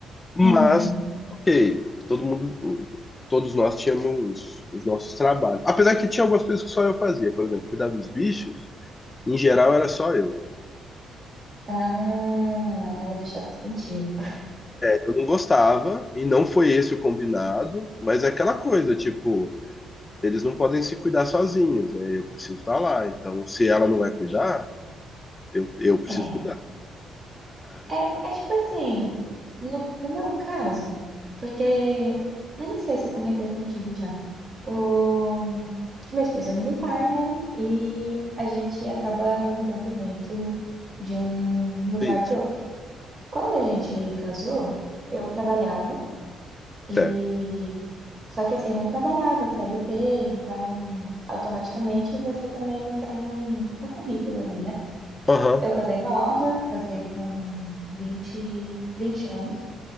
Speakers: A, on the left (about 25°); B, on the right (about 35°).
A: Mas,
B: uhum.
A: ok, todo mundo, todos nós tínhamos os nossos trabalhos. Apesar que tinha algumas coisas que só eu fazia, por exemplo, cuidar dos bichos, em geral era só eu.
B: Ah, ela deixava isso contigo.
A: Eu não gostava, e não foi esse o combinado, mas é aquela coisa, tipo, eles não podem se cuidar sozinhos, né? Eu preciso estar lá, então se ela não vai cuidar, eu, eu preciso
B: É,
A: cuidar. A resposta
B: é, é tipo assim, no, no meu caso, porque, eu não sei se eu comentei contigo já, O... Meu esposo é militar, né? E a gente acaba mudando muito de um lugar
A: é isso.
B: para outro. Quando a gente casou, eu trabalhava
A: Certo.
B: e só que assim, eu não trabalhava CLT, então automaticamente você também não tem um, um currículo ali, né?
A: Aham,
B: Eu casei nova, casei com vinte vinte anos